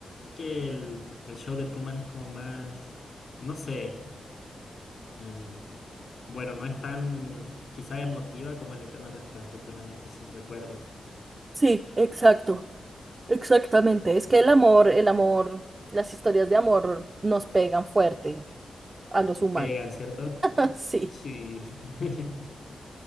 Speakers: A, on the left; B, on the right.
A: que el, el show de Truman es como más, no sé, em, bueno, no es tan quizá emotiva como el eterno resplandor de una mente sin recuerdos.
B: Sí, exacto. Exactamente, es que el amor, el amor, las historias de amor nos pegan fuerte a los humanos.
A: Pegan, ¿cierto?
B: <laughs> Sí,
A: Sí. <laughs>